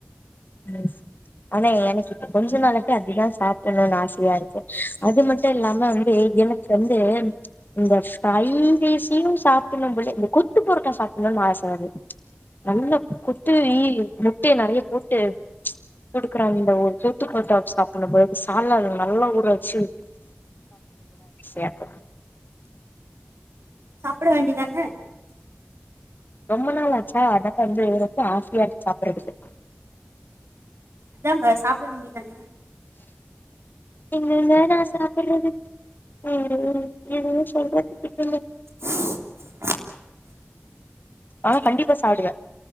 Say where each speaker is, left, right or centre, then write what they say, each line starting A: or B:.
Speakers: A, on the left; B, on the right.
A: <unintelligible> ஆனா எனக்கு இப்ப கொஞ்ச நாளத்த அப்டிதா சாப்டணுன் ஆசையா இருக்கு அது மட்டு இல்லாம வந்து எனக்கு வந்து இந்த ஃப்ரை ரைஸையு சாப்டணு போல இந்த கொத்து பொரோட்டா சாப்படணுன் ஆச வருது நல்ல கொத்துறி முட்டைய நெறைய போட்டு குடுக்கற அந்த ஒரு கொத்து புரோட்டா வெச்சு சாப்பட்ணு போலருக்கு சால்னால நல்லா ஊற வச்சு <unintelligible>
B: சாப்பிட வேண்டிதானே
A: ரொம்ப நாள் ஆச்சா அதா வந்து ரொம்ப ஆசயாருக்கு சாப்றதுக்கு
B: அதாங்க சாப்பிட வேண்டிதான
A: எங்கேங்க நா சாப்பறது ம் எதுவு சொல்றக்கில்ல
B: <inaudible>
A: ஆ
B: சரி
A: கண்டிப்பா சாப்டுவே